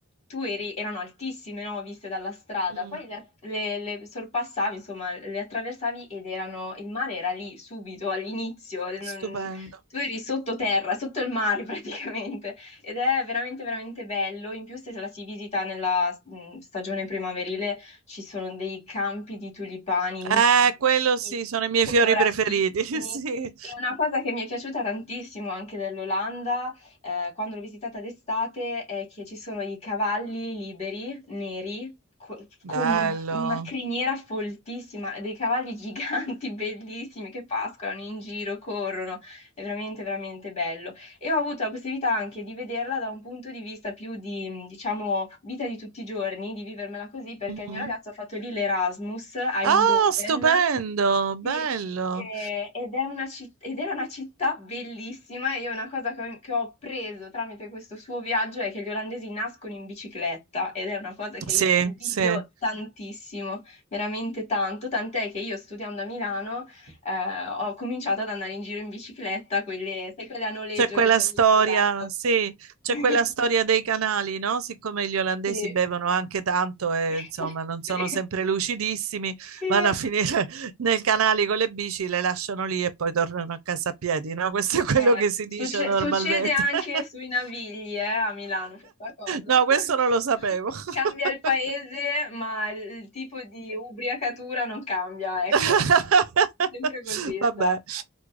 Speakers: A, on the left; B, on the right.
A: tu eri, erano altissime, no? Viste dalla strada.
B: Mm,
A: Poi le, le- le sorpassavi, insomma, le attraversavi ed erano, il mare era lì subito all'inizio. non-
B: Stupendo.
A: tu eri sottoterra, sotto il mare <laughs> praticamente. Ed è veramente, veramente bello. In più, se la si visita nella mm, stagione primaverile, ci sono dei campi di tulipani infiniti,
B: Eh, quello sì, sono i miei
A: coloratissimi.
B: fiori preferiti. <laughs> Sì.
A: E una cosa che mi è piaciuta tantissimo anche dell'Olanda, eh, quando l'ho visitata d'estate, è che ci sono i cavalli liberi, neri, co- con
B: Bello.
A: un- una criniera foltissima, dei cavalli giganti, <laughs> bellissimi, che pascolano in giro, corrono. È veramente, veramente bello e ho avuto la possibilità anche di vederla da un punto di vista più di, diciamo, vita di tutti i giorni, di vivermela così, perché
B: Mhm.
A: il mio ragazzo ha fatto lì l'Erasmus a Eindhoven
B: Ah, stupendo, bello.
A: sì, eh, ed, è una citt- ed era una città bellissima. e Io una cosa che ho, che ho preso tramite questo suo viaggio è che gli olandesi nascono in bicicletta ed è una cosa che
B: Sì,
A: io gli invidio
B: sì.
A: tantissimo, veramente tanto, tant'è che io studiando a Milano eh, ho cominciato ad andare in giro in bicicletta, quelle, sai, quelle a noleggio
B: C'è quella
A: che prendi
B: storia,
A: con l'app.
B: sì, c'è
A: <laughs>
B: quella storia dei canali, no? Siccome gli olandesi
A: Sì.
B: bevono anche tanto e
A: <laughs>
B: insomma non sono
A: Sì.
B: sempre lucidissimi,
A: Sì.
B: vanno a finire <laughs> nei canali con le bici, le lasciano lì e poi tornano a casa a piedi, no? Questo è quello
A: Eh,
B: che si
A: succe-
B: dice normalmente.
A: succede anche
B: <laughs>
A: sui Navigli, eh, a Milano questa cosa.
B: No,
A: <laughs>
B: questo non lo sapevo. <laughs>
A: Cambia il paese, ma il tipo di ubriacatura non cambia, ecco.
B: <laughs>
A: Sempre così,
B: Vabbè,
A: esatto.